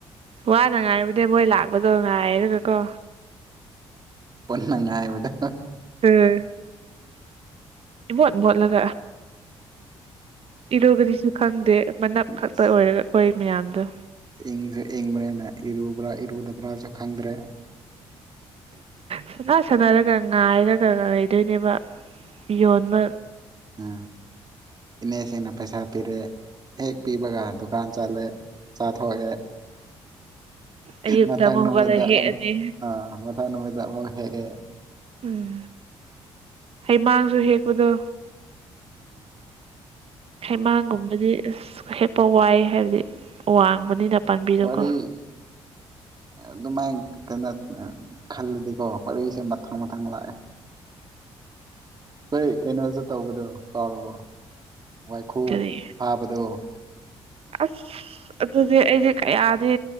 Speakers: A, on the right (about 55°); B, on the right (about 35°).
A: ꯋꯥꯅ ꯉꯥꯏꯔꯨꯗꯤ ꯃꯣꯏ ꯂꯥꯛꯄꯗꯣ ꯉꯥꯏꯔꯒꯀꯣ
B: ꯄꯨꯟꯅꯅꯨꯡꯉꯥꯏꯕꯗ
A: ꯎꯝ ꯌꯠ ꯃꯠ ꯂꯥꯛ ꯏꯔꯣꯒꯗꯤꯁꯨ ꯈꯪꯗꯦ ꯃꯅꯞ
B: ꯑꯁ
A: ꯈꯛꯇ ꯑꯣꯏꯔꯒ ꯑꯩꯈꯣꯏ ꯃꯌꯥꯝꯗꯣ
B: ꯏꯪꯁꯨ ꯏꯪꯕꯅꯦꯅ ꯏꯔꯨꯕ꯭ꯔꯥ ꯏꯔꯨꯗꯕ꯭ꯔꯥꯁꯨ ꯈꯪꯗ꯭ꯔꯦ
A: ꯁꯅꯥ ꯁꯥꯟꯅꯔꯒ ꯉꯥꯏꯔꯒ ꯉ ꯂꯩꯗꯣꯏꯅꯦꯕ ꯑꯣꯅ
B: ꯎ ꯏꯅꯦꯁꯤꯡꯅ ꯄꯩꯁꯥ ꯄꯤꯔꯦ ꯍꯦꯛ ꯄꯤꯕꯒ ꯗꯨꯀꯥꯟ ꯆꯠꯂꯦ ꯆꯥꯊꯣꯛꯑꯦ
A: ꯑꯌꯨꯛꯇ
B: ꯃꯊꯪ
A: ꯑꯃꯨꯛ
B: ꯅꯨꯃꯤꯠꯇ
A: ꯍꯧꯒꯠꯂ ꯍꯦꯛꯑꯅꯤ
B: ꯑꯃꯛ ꯑꯥ ꯃꯊꯪ ꯅꯨꯃꯤꯠꯇ ꯑꯃꯨꯛ ꯍꯦꯛꯑꯦ
A: ꯎꯝ ꯍꯩꯃꯥꯡꯁꯨ ꯍꯦꯛꯄꯗꯣ
B: ꯎꯝ
A: ꯍꯩꯃꯥꯟꯒꯨꯝꯕꯗꯤ ꯑꯁ ꯍꯦꯛꯄ ꯋꯥꯏ ꯍꯥꯏꯕꯗꯤ ꯋꯥꯡꯕꯅꯤꯅ ꯄꯥꯝꯕꯤꯗꯣꯀꯣ
B: ꯃꯔꯤ ꯎ ꯑꯗꯨꯃꯥꯏꯅ ꯀꯩꯅꯣ ꯈꯜꯂꯗꯤꯀꯣ ꯋꯥꯔꯤꯁꯦ ꯃꯊꯪ ꯃꯊꯪ ꯂꯥꯛꯑꯦ ꯍꯣꯏ ꯀꯩꯅꯣꯁꯨ ꯇꯧꯕꯗꯣ ꯀꯥꯎꯔꯕꯣ ꯋꯥꯏꯈꯨ
A: ꯀꯔꯤ
B: ꯐꯥꯕꯗꯣ
A: ꯑꯁ ꯑꯗꯨꯗꯤ ꯑꯩꯗꯤ ꯀꯌꯥꯗꯤ